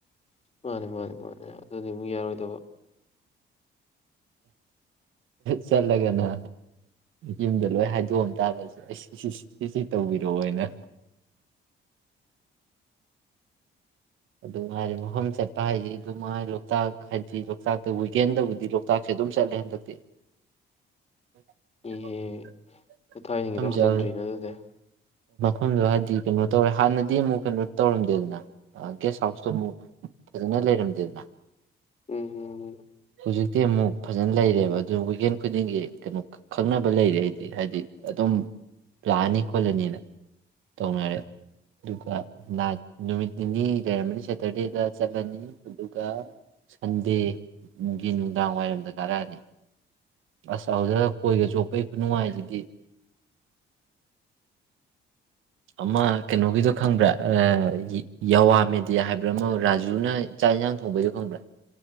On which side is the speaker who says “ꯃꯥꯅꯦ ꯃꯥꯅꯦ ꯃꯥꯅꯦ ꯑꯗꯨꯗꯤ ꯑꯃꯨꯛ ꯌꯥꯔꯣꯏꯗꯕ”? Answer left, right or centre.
Left